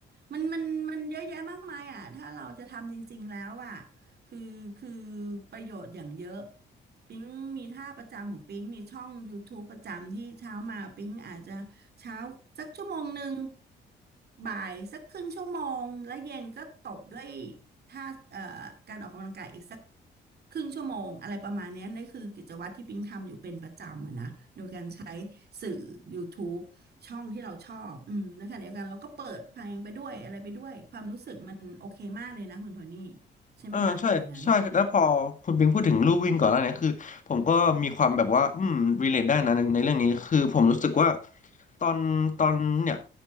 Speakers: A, on the right (about 55°); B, on the left (about 40°).
A: มันมันมันเยอะแยะมากมายอ่ะถ้าเราจะทำจริงๆแล้วอ่ะคือคือประโยชน์อย่างเยอะปิ๊งมีท่าประจำของปิ๊งมีช่อง YouTube ประจำที่เช้ามาปิ๊งอาจจะ เช้าสักชั่วโมงหนึ่ง บ่ายสักครึ่งชั่วโมง แล้วเย็นก็ตบด้วยท่าเอ่อการออกกำลังกายอีกสักครึ่งชั่วโมงอะไรประมาณเนี้ยนั่นคือกิจวัตรที่ปิ๊งทำอยู่เป็นประจำอะนะโดยการใช้สื่อ YouTube ช่องที่เราชอบอืมนะคะเดียวกันเราก็เปิดเพลงไปด้วยอะไรไปด้วยความรู้สึกมันโอเคมากเลยนะคุณโทนี่ใช่ไหมคะอย่างนั้น
B: อ่าใช่ใช่แล้วพอคุณปิงพูดถึงลู่วิ่งก่อนแล้วเนี่ยคือผมก็มีความแบบว่าอืมรีเลทได้นะในในเรื่องนี้คือผมรู้สึกว่าตอนตอนเนี่ย